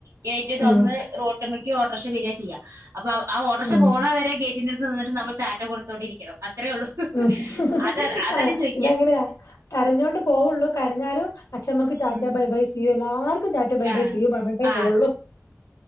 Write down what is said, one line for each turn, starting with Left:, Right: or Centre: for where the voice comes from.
Right: ഗേറ്റ് തോറന്ന്
Left: ഉം
Right: റോ ട്ട്മ്മയ്ക്ക് ഓഡ്രക്ഷ വരിയാ ചെയ്യ അപ്പൊ ആ ഓഡ്രഷ
Left: ഉം
Right: പോന്ന വരെ ഗേ റ്റിൻ്റെടുത്ത് നിന്നിട്ട് നമ്മൾ താറ്റോ കൊടുത്തോണ്ടെ ഇരിക്കണം അത്രേ ഉള്ളൂ
Left: ഉം
Right: അതാണ് അതാണ്
Left: ആഹ്
Right: ചോദിക്കുക
Left: ഇതങ്ങനെയാ കരഞ്ഞൊണ്ട് പോവുള്ളു കരഞ്ഞാലും അച്ഛമ്മക്ക് ചാറ്റാ
Right: ഉം
Left: ബൈ ബൈ സീ യൂ എല്ലാ ലാർക്കും റ്റാ റ്റാ
Right: ആ
Left: ബൈ സി യു പറഞ്ഞിട്ടേ
Right: ആഹ്
Left: പോവുള്ളൂ